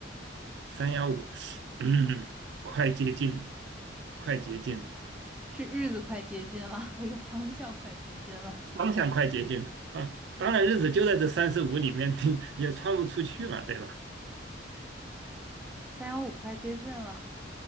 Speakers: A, on the right (about 65°); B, in the centre.
A: 三幺五，三一五嗯，快接近了，快接近了。
B: 是日子快接近了，还是方向快接近了？
A: 方向快接近了，啊，当然日子就在这三十五里面，<laughs> 也穿不出去嘛，对吧？
B: 三幺五快接近了，